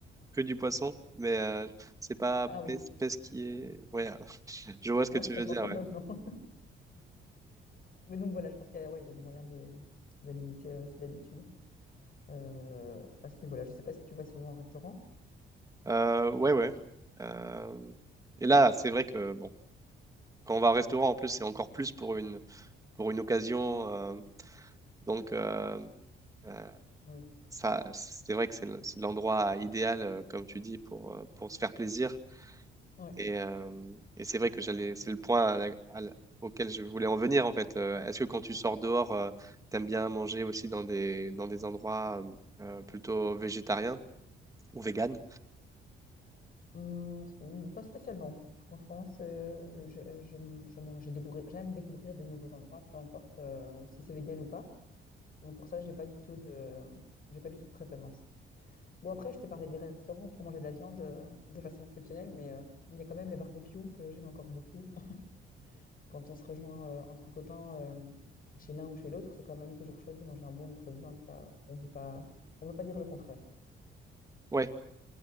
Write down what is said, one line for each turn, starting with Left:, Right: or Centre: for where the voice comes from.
Right: que du poisson, mais euh, c'est pas
Left: Ah oui,
Right: pes- pesquier. Ouais, <laughs> je vois ce
Left: hein,
Right: que tu
Left: ça
Right: veux
Left: porte
Right: dire.
Left: un
Right: Ouais,
Left: autre nom. <laughs> Mais donc voilà, je pense qu'il y a, ouais, il y a des moyens de, de limiter euh, ses habitudes euh, à ce niveau-là. Je sais pas si tu vas souvent au restaurant.
Right: Euh, ouais, ouais. Euh, Et là, c'est vrai que bon, quand on va au restaurant, en plus, c'est encore plus pour une pour une occasion. euh, donc euh, euh,
Left: Oui.
Right: ça, c'est vrai que c'est le- c'est l'endroit idéal, euh, comme tu dis, pour euh, pour se faire plaisir.
Left: Ouais.
Right: Et, euh, et c'est vrai que j'allais, c'est le point à la- à la- auquel je voulais en venir en fait. Euh, est-ce que quand tu sors dehors, euh, t'aimes bien manger aussi dans des, dans des endroits euh, plutôt végétariens ou véganes?
Left: Hum, hum, pas spécialement, franchement, c'est- je- j'aime j'aime- j'ai découvrir- j'aime découvrir des nouveaux endroits, peu importe euh, si c'est vegan ou pas. Donc pour ça, j'ai pas du tout de, j'ai pas du tout de préférence. Bon, après, je t'ai parlé des restaurants pour manger de la viande euh, de façon exceptionnelle, mais euh, il y a quand même les barbecues que j'aime encore beaucoup. <laughs> Quand on se rejoint euh, entre copains euh, chez l'un ou chez l'autre, c'est quand même toujours chouette de manger un bon morceau de viande, ça, on peut pas, on peut pas dire le contraire.
Right: Ouais.